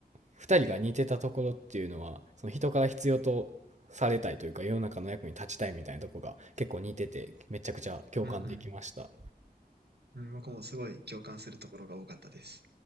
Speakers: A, on the right (about 45°); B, on the right (about 80°).
A: 二人が似てたところっていうのは、その人から必要とされたいというか、世の中の役に立ちたいみたいなところが結構似てて、めちゃくちゃ共感できました。
B: うんうん。うん、僕もすごい共感するところが多かったです。